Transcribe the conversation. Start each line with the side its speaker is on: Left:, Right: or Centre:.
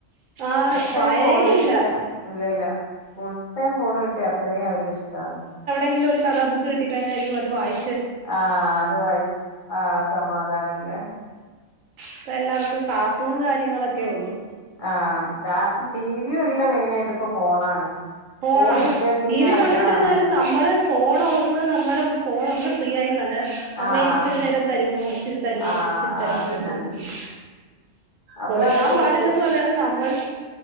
Right: ആണ്
Left: ഫുൾ ടൈം
Right: വായനയേ
Left: ഫോണ് കിട്ടിയാ
Right: ഇല്ല
Left: ഇല്ലല്ല ഫുൾ ടൈം ഫോണ് കിട്ടിയ അത്രയും അവർക്കിഷ്ടാണ്
Right: എ <unintelligible> ഒരു കഥാബുക്ക് കിട്ടി കഴിഞ്ഞാ അയ്യോ അത് വായി
Left: ആ അത് വായിച്ചു ആ സമാധാനം ഇല്ല
Right: ഇപ്പ എല്ലാവർക്കും കാർട്ടൂൺ കാര്യങ്ങളൊക്കെ ഉള്ളൂ
Left: ആ കാർട്ടൂൺ ടിവിയും അല്ല മെയിനായിട്ട് ഇപ്പൊ ഫോണാണ്
Right: ഫോണാണ്
Left: ഫോണ് കിട്ടിയ പിന്നെ
Right: ടി വി
Left: അവര്
Right: കണ്ടൊണ്ടിരുന്നാലും
Left: ആഹ്
Right: നമ്മള് ഫോൺ ഒന്ന് നമ്മുടെ ഫോൺ ഒന്ന് ഫ്രീ ആയി ക <unintelligible> അമ്മ
Left: ആഹ്
Right: ഇച്ചിരി നേരം തരുമോ ഇച്ചിരി തരുമോ
Left: ആഹ്
Right: ഇച്ചിരി തരുമോന്ന്
Left: അതന്നെ
Right: ചോദിക്കും
Left: അപ്പൊ
Right: കൊടുക്കാൻ
Left: അവർക്ക്
Right: പാടില്ലെന്ന്
Left: വേണ്ടി
Right: പറഞ്ഞാലും നമ്മള്